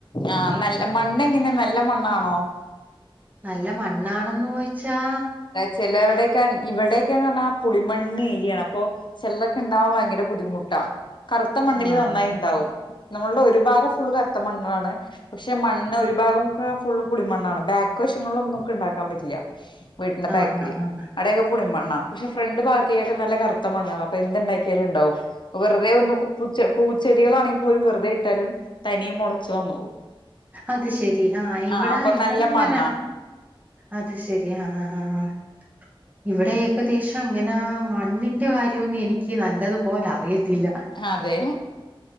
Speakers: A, on the left (about 55°); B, on the right (about 20°).
A: ആഹ് നല്ല മണ്ണ എങ്ങനെ നല്ല മണ്ണാണോ
B: നല്ല മണ്ണാണെന്ന് ഓയിച്ചാ
A: ചലവടൊക്കെ ഇവിടെയൊക്കന്ന് പറഞ്ഞ പുളിമണ്ണ് ഏരിയാണ് അപ്പൊ ചെള്ളക്കെ ഉണ്ടാവാൻ ഭയങ്കര ബുദ്ധിമുട്ടാ കറുത്ത മണ്ണില്
B: ആഹ്.
A: നന്നായി ഉണ്ടാവും നമ്മളുടെ ഒരു ഭാഗം ഫുൾ കറുത്ത മണ്ണുകളാണ് പക്ഷെ മണ്ണ് ഒരു ഭാഗം ഒക്കെ ഫുള് പുളിമണ്ണാണ് ബാക്ക് വശങ്ങളൊന്നും ക്ക് ഇണ്ടാക്കാൻ പറ്റില്ല വീട്ടിന്റെ
B: ആഹ്
A: ബാക്കില്
B: ആഹ് ആഹ്
A: അടയൊക്കെ പുളിമണ്ണാ പക്ഷെ ഫ്രണ്ട് ഭാഗത്തേക്ക് നല്ല കറുത്ത മണ്ണുകള അപ്പൊ എന്തുണ്ടാക്കിയാലും ണ്ടാവും വെറുതെ ഒന്ന് പൂച്ച പൂച്ചെടികളാണെങ്കിൽ പോലും വെറുതെ ഇട്ടാലും തനിയെ മുളച്ചു വന്നോളും
B: അത് ശെരി ആഹ് ഇവിടെ
A: ആ അപ്പൊ
B: ഇവിടെ
A: നല്ല
B: അങ്ങനെ
A: മണ്ണാ
B: അത് ശരി ആഹ് ആഹ് ഇവിടെ ഏകദേശം അങ്ങന മണ്ണിന്റെ കാര്യംന്ന് എനിക്ക് നല്ലതുപോലെ അറിയ ത്തില്ല
A: അതെ